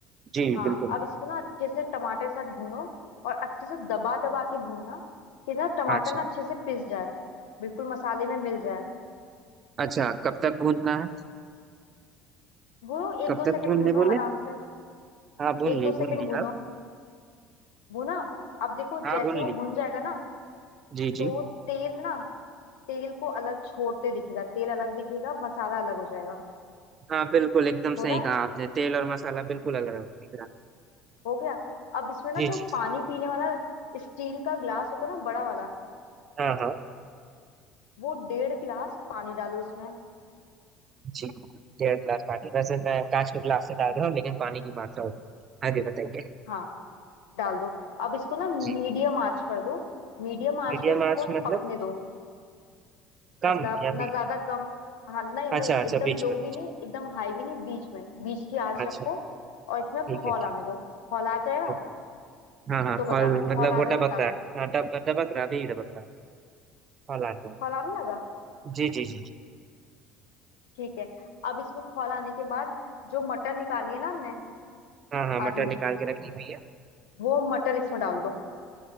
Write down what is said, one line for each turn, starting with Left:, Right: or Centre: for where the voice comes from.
Right: जी
Left: हाँ
Right: बिल्कुल
Left: अब इसको ना अच्छे से टमाटर के साथ भूनो और अच्छे से दबा दबा के भूनना कि ना टमाटर
Right: हाँ, अच्छा
Left: ना अच्छे से पिस जाए बिल्कुल मसाले में मिल जाए
Right: अच्छा कब तक भूनना है
Left: भूनो एक
Right: कब
Left: दो
Right: तक
Left: सेकंड
Right: भूनने
Left: भूनो
Right: बोले
Left: आराम से
Right: हाँ भून
Left: एक
Right: ली
Left: दो
Right: भून
Left: सेकंड
Right: ली
Left: भूनो
Right: अब
Left: भूना अब देखो
Right: हाँ
Left: जैसे
Right: भून
Left: वो
Right: ली
Left: भुन जाएगा ना
Right: जी
Left: तो
Right: जी
Left: तेल ना तेल को अलग छोड़ते दिखेगा तेल अलग दिखेगा मसाला अलग हो जाएगा
Right: हाँ बिल्कुल एकदम
Left: हो
Right: सही
Left: रहा
Right: कहा
Left: है
Right: आपने तेल और मसाला बिल्कुल अलग अलग दिख रहा
Left: हो गया अब इसमें ना
Right: है।
Left: जो
Right: जी
Left: पानी
Right: जी
Left: पीने वाला स्टील का ग्लास होता है ना बड़ा वाला
Right: हाँ हाँ
Left: वो डेढ़ गिलास पानी डालो उसमें
Right: जी डेढ़ गिलास पानी वैसे मैं कांच के गिलास से डाल रहा हूँ लेकिन पानी की मात्रा होती है। आगे बताइए
Left: हाँ डाल दो अब इसको ना मीडियम
Right: जी
Left: आंच कर दो मीडियम आंच
Right: मीडियम
Left: में इसको
Right: आंच मतलब
Left: पकने दो
Right: कम
Left: मतलब
Right: या
Left: ना
Right: मी-
Left: ज्यादा कम हाँ नहीं नहीं
Right: अच्छा
Left: एकदम
Right: अच्छा बीच
Left: लो
Right: में
Left: भी नहीं एकदम हाई भी नहीं बीच में बीच की आंच
Right: अच्छा
Left: रखो और इसमें आप
Right: ठीक
Left: खौल
Right: है ठीक
Left: आने दो खौल आ जाएगा
Right: है हाँ हाँ
Left: तो बताना
Right: फल मतलब
Left: खौल आ
Right: वो
Left: जाएगा
Right: टपक
Left: तो बताना
Right: रहा है। हाँ टप टपक रहा भी टपक रहा फल आ गया
Left: खौल आने लगा
Right: जी जी जी जी
Left: ठीक है अब इसमें खौल आने के बाद जो मटर निकाली है ना हमने
Right: हाँ हाँ मटर
Left: आधी
Right: निकाल के रखी हुई है
Left: वो मटर इसमें डाल दो